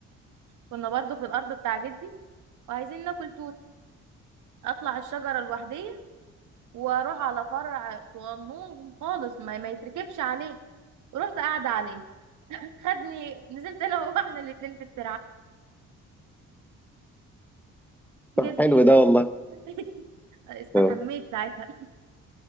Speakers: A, on the right (about 80°); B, in the centre.
A: كنا برضو في الأرض بتاع جدي وعايزين ناكل توت أطلع الشجرة لوحدية وأروح على فرع صغنون خالص ما, ما يتركبش عليه ورحت قاعدة عليه خدني نزلت انا وهو احنا الاتنين في الترعه جدي
B: طب حلو
A: كان
B: ده والله
A: <laughs> استحميت
B: آه،
A: ساعتها